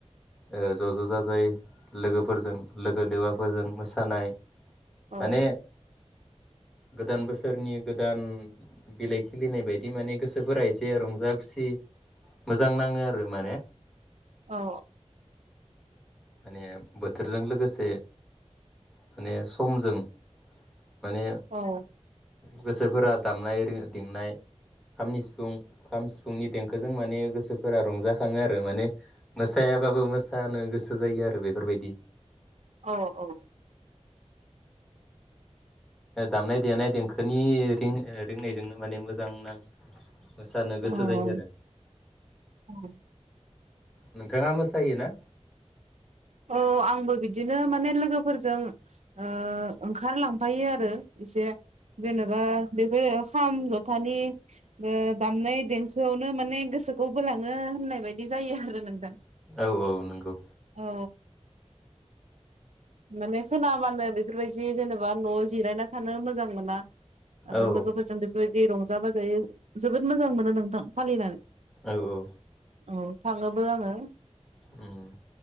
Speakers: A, in the centre; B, on the right.
A: ओ ज
B: औ
A: ज जाजाय लोगोफोरजों लोगो लेवाफोरजों मोसानाय
B: औ
A: माने गोदान बोस सोरनि गोदान बिलाइ खिलिनाय बायदि माने गोसोफोरा एसे रंजा खुसि मोजां नाङो आरो माने
B: औ
A: माने बोथोरजों लोगोसे माने समजों माने
B: औ
A: गोसोफोरा दामनाय रोङो दिंनाय खामनि सिफुं खाम सिफुंनि देंखोजों माने गोसोफोरा रंजाखाङो आरो माने मोसायाबाबो मोसानो गोसो जायो आरो बेफोरबायदि
B: औ औ
A: दामनाय देनाय देंखोनि रिं ओ रिंनायजोंनो माने मोजां नां मोसानो
B: औ
A: गोसो जायो आरो
B: औ
A: नोंथाङा मोसायोना
B: औ आंबो बिदिनो माने लोगोफोरजों ओ ओंखारलांफायो आरो एसे जेनेबा बेबो खाम जथानि ओ दामनाय देंखोआवनो माने गोसोखौ बोलाङो होननाय बायदि जायो आरो नोंथां
A: औ औ नंगौ
B: औ माने खोनाबानो बे बेफोरबायदि जेनेबा न'आव जिरायना थानो मोजां मोना आरो
A: औ
B: लोगोफोरजों बे बेबायदि रंजा बाजायै जोबोद मोजां मोनो नोंथां फालिनानै
A: औ औ
B: औ थाङोबो आङो
A: उम